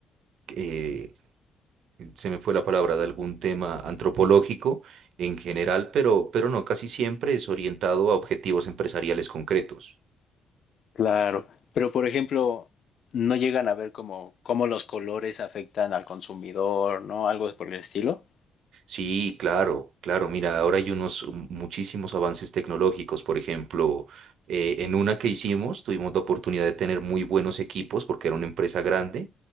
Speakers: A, on the right; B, on the left.
A: eh, se me fue la palabra, de algún tema antropológico en general, pero, pero no, casi siempre es orientado a objetivos empresariales concretos.
B: Claro, pero por ejemplo, no llegan a ver como cómo los colores afectan al consumidor, ¿no? Algo por el estilo.
A: Sí, claro, claro. Mira, ahora hay unos mm, muchísimos avances tecnológicos. Por ejemplo, eh, en una que hicimos, tuvimos la oportunidad de tener muy buenos equipos porque era una empresa grande.